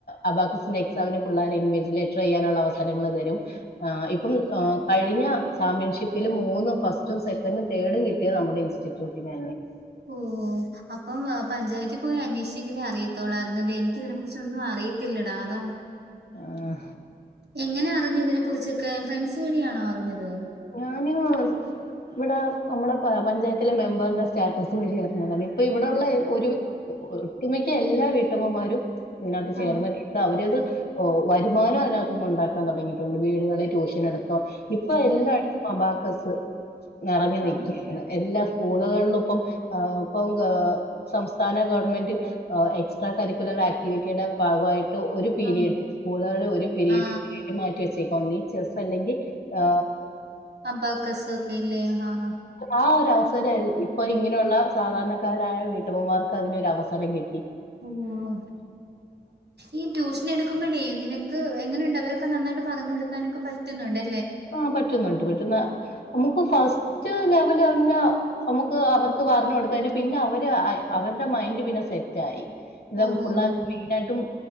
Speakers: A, on the left (about 65°); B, on the right (about 85°).
A: അബാക്കസിന്റെ എക്സാമന് പിള്ളേരെ ഇൻവെജിലേറ്റർ ചെയ്യാനുള്ള അവസരങ്ങൾ തരും. ആ ഇപ്പം കഴിഞ്ഞ ചാമ്പ്യൻഷിപ്പില് മൂന്നും ഫസ്റ്റും സെക്കൻഡും തേഡും കിട്ടിയത് നമ്മുടെ ഇൻസ്റ്റിറ്റ്യൂ ചൂട്ടിനാ
B: ഓ അപ്പം വാ പഞ്ചായത്തിൽ പോയി അന്വേഷിച്ചെങ്കിലെ അറിയത്തോളായിരുന്നല്ലേ എനിക്കിതിനെ കുറിച്ചൊന്നും അറിയത്തില്ലടാ അതാ
A: ആഹ്
B: എങ്ങനെ അറിഞ്ഞതിനെകുറിച്ചൊക്കെ ഫ്രണ്ട്സ് വഴിയാണോ അറിഞ്ഞത്
A: ഞാനോത് ഇവടെ നമ്മുടെ പഞ്ചായത്തിലെ മെമ്പറിന്റെ സ്റ്റാറ്റസ് വഴി അറിഞ്ഞതാണ് ഇപ്പൊ ഇവിടെള്ള ഒരു ഒട്ടുമിക്ക എല്ലാ വീട്ടമ്മമാരും ഇതിനകത്ത്
B: ആ
A: ചേർന്നിട്ടുണ്ട് അവരത് വരുമാനം അതിനകത്തൊന്ന് ഉണ്ടാക്കി ൻ തുടങ്ങിട്ടുണ്ട് വീടുകളെ ട്യൂഷൻ എടുത്തോ ഇപ്പൊ
B: ഓ
A: എല്ലാ അബാക്കസ് ഇറങ്ങി നിക്ക
B: ആ
A: എല്ലാ സ്കൂളുകളിലും ഇപ്പം ഇപ്പം സംസ്ഥാന ഗവൺമെന്റ് എക്സ്ട്രാ കരിക്കുലർ ആക്ടിവിറ്റിയുടെ ഭാഗമായിട്ട് ട്ടോ ഒരു പീരീഡ്
B: അബ
A: സ്കൂളാണ് ഒരു പീരീഡ്
B: ആ
A: തിയതി മാറ്റി വെച്ചേക്ക ഒന്നേ ചെസ് അല്ലെങ്കി ആ
B: അബാകസ് ഒക്കെല്ലേ ഹ ഹാ
A: ആ ഒരു അവസരം ഇപ്പൊ ഇങ്ങനെള്ള സാധാരണക്കാരായ വീട്ടമ്മമാർക്ക് അതിനൊര അവസരം കി
B: ഉം ഈ ട്യൂഷൻ എടുക്കുമ്പോഴേ നിനക്ക് എങ്ങനെണ്ട് അവരൊക്കെ നന്നായിട്ട് പറഞ്ഞു കൊടുക്കാനൊക്കെ പറ്റ്ന്നുണ്ടോ
A: ആഹ് പറ്റുന്നുണ്ട് പറ്റുന്ന നമക്ക് ഫസ്റ്റ് ലെവൽന്ന നമക്ക് അവർ പറഞ്ഞു കൊടുത്ത പിന്നെ അവര് അവര്ടെ മൈൻഡ് പിന്നെ സെ റ്റായി
B: ഓ ഓ
A: പിള്ളേർക്ക്
B: ഓ
A: മെയ്നായിട്ടും